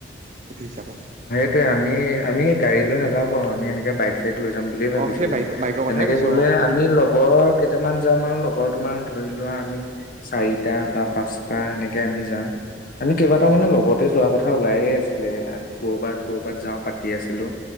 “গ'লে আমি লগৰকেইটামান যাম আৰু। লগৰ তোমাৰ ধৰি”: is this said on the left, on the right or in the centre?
Left